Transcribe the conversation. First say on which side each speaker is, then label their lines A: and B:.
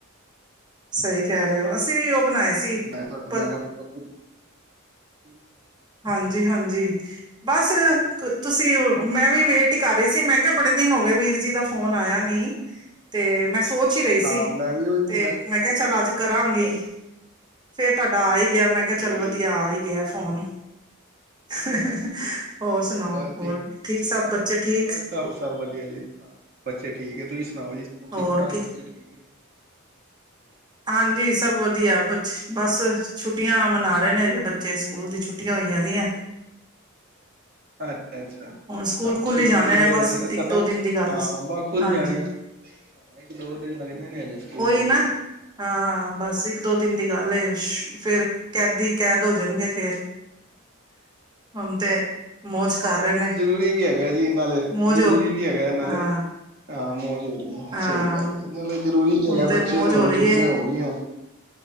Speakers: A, on the right; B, on the right.
A: ਸਹੀ ਕਹਿ ਰਹੇ ਹੋ, ਅਸੀਂ ਵੀ ਉਹ ਬਣਾਏ ਸੀ
B: ਨਾਂ ਤੁਹਾਡਾ,
A: ਪਰ
B: ਮੈਂ ਕਿਹਾ <inaudible> <inaudible>
A: ਹਾਂਜੀ-ਹਾਂਜੀ! ਬਸ। ਕ ਤੁਸੀਂ, ਮੈਂ ਵੀ ਵੇਟ ਹੀ ਕਰ ਰਹੀ ਸੀ। ਮੈਂ ਕਿਹਾ ਬੜੇ ਦਿਨ ਹੋ ਗਏ, ਵੀਰ ਜੀ ਦਾ ਫੋਨ ਆਇਆ ਨਈ ਤੇ ਮੈਂ, ਸੋਚ ਹੀ ਰਹੀ ਸੀ।
B: ਹਾਂ ਮੈਂ ਵੀ ਉਹੀ
A: ਤੇ ਮੈਂ ਕਿਹਾ, ਚੱਲ ਅੱਜ
B: ਅੱਛਾ
A: ਕਰਾਂਗੀ
B: ਅੱਛਾ
A: ਫੇਰ ਤੁਹਾਡਾ ਆ ਹੀ ਗਿਆ, ਮੈਂ
B: ਠੀਕ
A: ਕਿਹਾ ਚੱਲ ਵਧੀਆ,
B: ਹੈ ਜੀ
A: ਆ ਹੀ ਗਿਆ ਫੋਨ ਹਾ ਹਾ ਹਾ 'ਹੋਰ
B: ਹਾਂਜੀ
A: ਸੁਣਾਓ,
B: ਬਸ
A: ਹੋਰ
B: ਜੀ
A: ਠੀਕ ਸਭ
B: ਉਹੀ
A: ਬੱਚੇ
B: ਹੁੰਦਾ
A: ਠੀਕ
B: ਬਸ ਸਭ, ਸਭ ਵਧੀਆ ਜੀ, ਬੱਚੇ ਠੀਕ, ਤੁਸੀਂ ਸੁਣਾਓ? ਜੀ ਸਭ
A: ਹੋਰ
B: ਠੀਕ ਠਾਕ
A: ਕੀ
B: ਬੱਚੇ ਠੀਕ ਨੇ ਜੀ!
A: ਹਾਂਜੀ, ਸਭ ਵਧੀਆ ਬਸ, ਛੁੱਟੀਆਂ ਮਨਾ ਰਹੇ ਨੇ ਅਜੇ ਬੱਚੇ, ਸਕੂਲ ਦੀ ਛੁੱਟੀਆਂ ਹੋਈਆ ਦੀਆਂ
B: ਅੱਛਾ-ਅੱਛਾ ਹਾਂ
A: ਹੁਣ ਸਕੂਲ ਖੁੱਲ
B: ਛੁੱਟੀਆਂ
A: ਹੀ ਜਾਣੇ
B: ਤੇ
A: ਨੇ
B: ਫੇਰ ਹੁਣ
A: ਬਸ
B: ਖਤਮ,
A: ਇੱਕ ਦੋ ਦਿਨ ਦੀ ਗੱਲ
B: ਹਾਂ ਬਾ ਖੁੱਲ
A: ਹਾਂਜੀ
B: ਜਾਣੇ ਨੇ ਹਾਂ, ਇੱਕ- ਦੋ ਦਿਨ ਲੱਗਣੇ ਨੇ ਅਜੇ ਸਕੂਲ
A: ਉਹੀ
B: ਖੁੱਲਦੇ
A: ਨਾ, ਹਾਂ, ਬਸ ਇੱਕ- ਦੋ ਦਿਨ ਦੀ ਗੱਲ ਏ, 'ਫੇਰ ਕੈਦੀ ਕੈਦ ਹੋ ਜਾਣਗੇ ਫੇਰ ਹੁਣ ਤੇ, ਮੌਜ ਕਰ ਰਹੇ ਨੇ
B: ਜ਼ਰੂਰੀ ਵੀ ਹੈਗਾ ਜੀ ਨਾਲੇ,
A: ਮੌਜ
B: ਜ਼ਰੂਰੀ
A: ਹੋ
B: ਵੀ ਹੈਗਾ ਇਹ ਨਾਲੇ
A: ਹਾਂ
B: ਆਹ ਮੋਜ
A: ਹਾਂ
B: ਸਹੀ ਗੱਲ ਏ, ਇਹਨਾਂ ਜਰੂਰੀ ਵੀ ਨਈ
A: ਹੁਣ
B: ਹੈਗਾ,
A: ਤੇ
B: ਬੱਚਿਆਂ
A: ਮੌਜ
B: ਨੇ ਹੁਣ
A: ਹੋ ਰਹੀ
B: ਛੁੱਟੀਆਂ
A: ਹੈ
B: ਹੋਗੀਆਂ